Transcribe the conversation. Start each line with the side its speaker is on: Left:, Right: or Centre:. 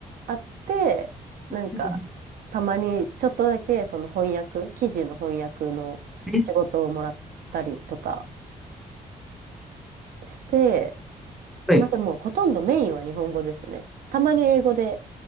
Right: あって、なんか、
Centre: うん
Right: たまにちょっとだけその翻訳、記事の翻訳の仕事をもらったりとか
Centre: え
Right: して、
Centre: はい。
Right: まあでも、ほとんどメインは日本語ですね。たまに英語で